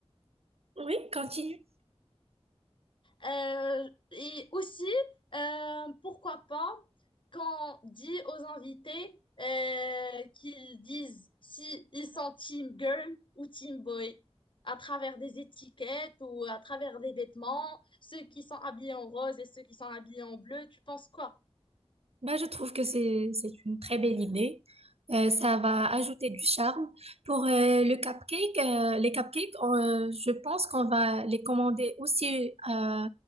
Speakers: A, on the right (about 65°); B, on the left (about 50°).
A: Oui, continue.
B: Euh, et aussi, euh, pourquoi pas, quand on dit aux invités euh, qu'ils disent si ils sont team girl ou team boy, à travers des étiquettes ou à travers des vêtements, ceux qui sont habillés en rose et ceux qui sont habillés en bleu, tu penses quoi?
A: Bah, je trouve que c'est c'est une très belle idée. Euh, ça va ajouter du charme. Pour euh, le cupcake, euh, les cupcakes, on, euh, je pense qu'on va les commander aussi euh,